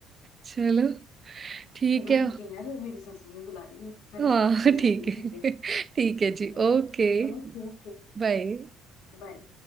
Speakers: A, on the right (about 35°); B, on the left (about 65°).
A: चलो ठीक
B: चलो
A: है
B: ठीक है यार मेरी सासू माँ बुला रही है है
A: हाँ
B: ना मैं
A: ठीक
B: जाती हूँ
A: है
B: ठीक है
A: <laughs> ठीक है जी
B: हाँ
A: ओके
B: ओके ओके
A: बाय
B: बाय